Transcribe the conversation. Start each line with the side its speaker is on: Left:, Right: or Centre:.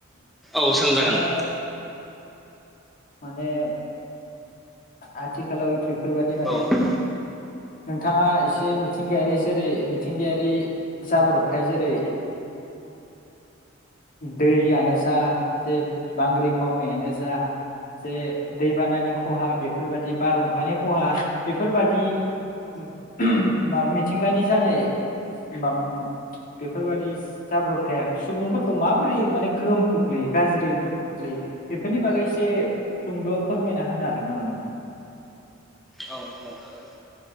Centre: औ सोलोंजागोन।
Left: माने माने आथिखालाव बेफोरबायदि माने
Centre: औ औ
Left: नोंथाङा एसे मिथिंगायारि जेरै मिथिंगायारि जाब्रबथाय जेरै दैयानो जा जे बांग्रिं मावनायानो जा जे दैबानानि खहा बेफोरबादि बारहुंखानि खहा बेफोरबादि माबा मिथिंगानि जानाय मा बेफोरबादि जाब्रबथाया सुबुंफोरखौ माबोरै माने गोहोम खोख्लैयो गाज्रि गोहोम खोख्लैयो बेफोरनि बागै एसे सुंद' फोरमायना होना हागोन नामा नोंथां।
Centre: औ औ हागोन